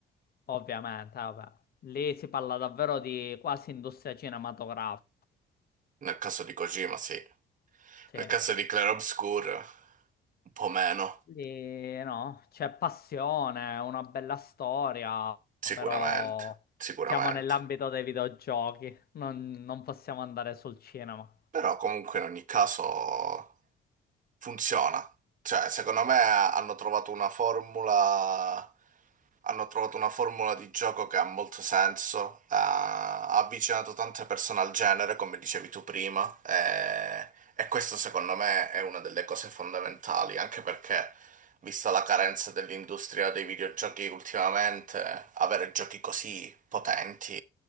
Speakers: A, on the left (about 50°); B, on the right (about 40°).
A: Ovviamente, vabbè. Lì si parla davvero di quasi industria cinematografica.
B: Nel caso di Kojima, sì.
A: Sì.
B: Nel caso di Clair Obscur, un po' meno,
A: Lì, no, c'è passione, una bella storia,
B: sicuramente,
A: però
B: sicuramente.
A: siamo nell'ambito dei videogiochi, non, non possiamo andare sul cinema.
B: Però comunque in ogni caso funziona. Cioè, secondo me hanno trovato una formula hanno trovato una formula di gioco che ha molto senso, ha ha avvicinato tante persone al genere, come dicevi tu prima, e, e questo secondo me è una delle cose fondamentali, anche perché, vista la carenza dell'industria dei videogiochi ultimamente, avere giochi così potenti